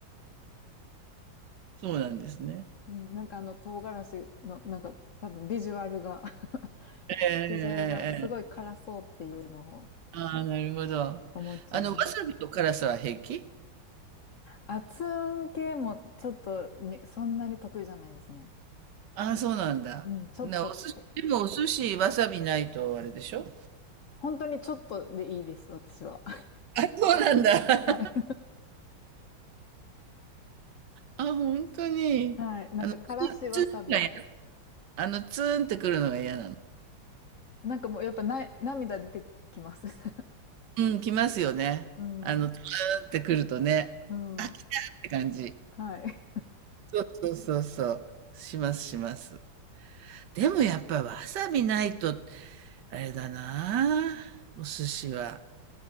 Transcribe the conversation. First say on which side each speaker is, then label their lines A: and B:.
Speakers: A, on the right; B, on the left.
A: そうなんですね。
B: うん、なんかあの唐辛子のなんか多分ビジュアルが
A: ええええええ。
B: <laughs> ビジュアルがすごい辛そうっていうのを
A: ああ、なるほど。
B: 思っちゃいます。
A: あの、わさびと辛さは平気
B: 熱運系もちょっとにそんなに得意じゃないですね。
A: ああ、そうなんだ。
B: うん、ちょっとって。
A: な、お寿司、でもお寿司、わさびないとあれでしょ
B: 本当にちょっとでいいです、私は。
A: あ、そうなんだ。<laughs>
B: <laughs> はい。
A: あ、本当に。
B: はい。なんか、
A: あの、普通のが
B: からしわさびも。
A: あの、ツーンってくるのが嫌なの。
B: なんかもう、やっぱな、涙出てきます。<laughs>
A: うん、来ますよね。
B: うん。
A: あの、ツーンってくるとね、
B: うん。
A: あ、来たって感じ。
B: はい。
A: そうそうそうそう。しますします。でもやっぱわさびないと、
B: <laughs>
A: あれだなあお寿司は。